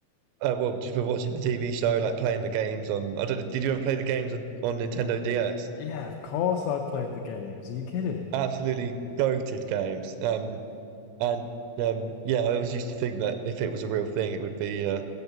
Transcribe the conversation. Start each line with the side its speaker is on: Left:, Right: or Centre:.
Right: uh, well just with watching the TV show, like playing the games on. I don't know, did you ever play the games on, on Nintendo DS?
Left: Yeah, of course I played the games. Are you kidding?
Right: Absolutely goated games. Um and um yeah, I always used to think that if it was a real thing, it would be uh